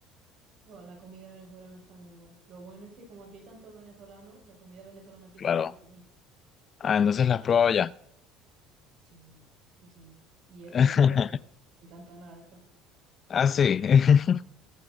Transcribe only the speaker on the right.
Buah, la comida venezolana está muy guay. Lo bueno es que como aquí hay tantos venezolanos, la comida venezolana aquí
está buena también.
Sí, sí, sí. Y
hecho, yo hago arepas. Me encantan las arepas.